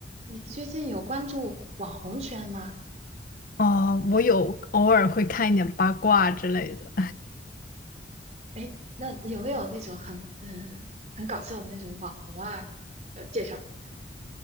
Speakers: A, on the right; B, on the left.
A: 你最近有关注网红圈吗？
B: 哦，我有偶尔会看一点八卦之类的，
A: 哎，那有没有那种很嗯很搞笑的那种网红啊？呃，介绍一下。